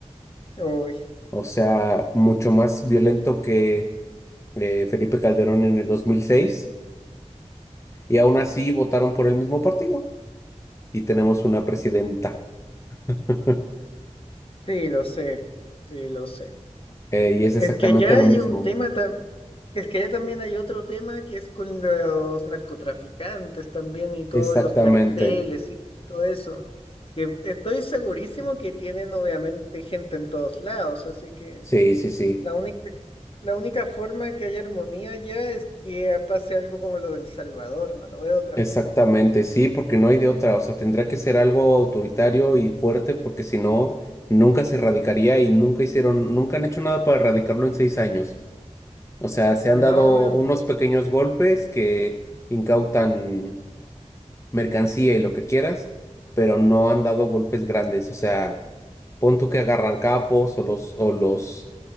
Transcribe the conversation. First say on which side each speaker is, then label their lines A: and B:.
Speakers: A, on the left; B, on the left.
A: uy,
B: O sea, mucho más violento que eh, Felipe Calderón en el 2006. y aún así votaron por el mismo partido y tenemos una presidenta. <laughs>
A: sí, lo sé, sí, lo sé.
B: Eh, y es exactamente
A: Es que allá
B: lo
A: hay
B: mismo.
A: un tema, tam- es que allá también hay otro tema que es con los narcotraficantes también y todos
B: Exactamente.
A: los carteles y todo eso. Que estoy segurísimo que tienen obviamente gente en todos lados, así que
B: Sí, sí, sí.
A: la única, la única forma que haya armonía allá es que pase algo como lo del Salvador, no lo veo de otra
B: Exactamente,
A: forma.
B: sí, porque no hay de otra, o sea, tendrá que ser algo autoritario y fuerte porque si no, nunca se erradicaría y nunca hicieron, nunca han hecho nada para erradicarlo en seis años. O sea, se
A: No,
B: han dado
A: em,
B: unos pequeños golpes que incautan mercancía y lo que quieras, pero no han dado golpes grandes. O sea, pon tú que agarran capos o los, o los